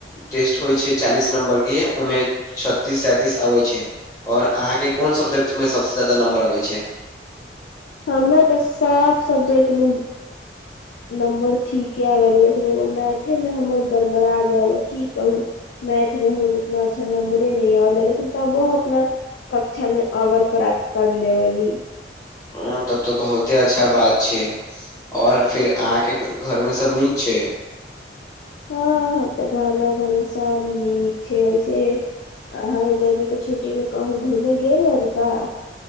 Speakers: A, on the left; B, on the left.
A: टेस्ट होइ छै चालीस नंबर के ओ मे छत्तीस सैंतीस आबै छै आओर अहाँके कोन सब्जेक्टमे सभसँ ज्यादा नम्बर अबैत छै
B: हमरा तऽ सब सब्जेक्टमे नम्बर ठीके आबेला लेकिन एगो मैथे मे हमर गड़बड़ा जाले की कहू मैथ उतना अच्छा नंबरे न आबेला लेकिन तबो अपना कक्षामे अब्वल प्राप्त कर लेबली
A: ओ तब तऽ बहुते अच्छा बात छै आओर फेर अहाँके घरमे सभ नीक छै
B: हँ हम तऽ घरमेरा घरमे सब नीक छै वैसे आ ह गर्मी के छुट्टी मे कहू घूमे गेल बारिका